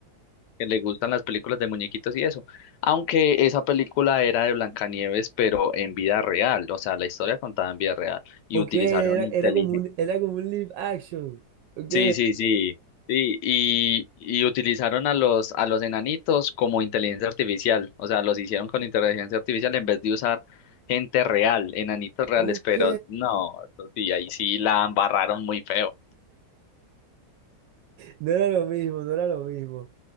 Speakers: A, on the left; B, on the right.
A: que le gustan las películas de muñequitos y eso. Aunque esa película era de Blancanieves, pero en vida real, o sea, la historia contada en vida real y
B: Ok,
A: utilizaron
B: era,
A: inteligencia.
B: era como un, era como un live action. Ok,
A: Sí, sí, sí. Sí, y, y utilizaron a los a los enanitos como inteligencia artificial, o sea, los hicieron con inteligencia artificial en vez de usar gente real, enanitos reales,
B: ok.
A: pero no, eso sí, ahí sí la embarraron muy feo.
B: No era lo mismo, no era lo mismo.